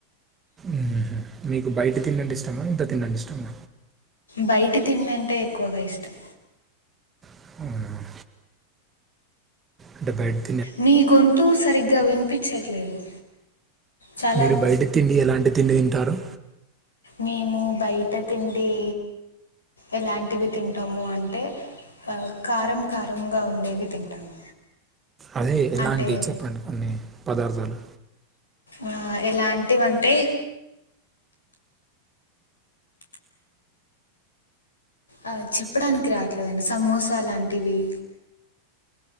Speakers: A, on the right; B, on the left.
A: ఉహు మీకు బయట తిండి అంటే ఇష్టమా ఇంట్లో తిండి అంటే ఇష్టమా
B: బయట తిండి అంటే ఎక్కువగా ఇష్టం
A: అవునా అంటే బైట
B: మీ గొంతు సరిగ్గా వినిపించట్లేదు చాలా
A: మీరు బయట తిండి ఎలాంటి తిండి తింటారు
B: మేము బయట తిండి ఎలాంటివి తింటాము అంటే ఆ కారం కారంగా ఉండేవి తింటాము
A: అదే ఎలాంటి
B: అంటే
A: చెప్పండి కొన్ని పదార్థాలు
B: ఆ ఎలాంటివి అంటే ఆ చెప్పడానికి రావట్లేదండి సమోసా లాంటివి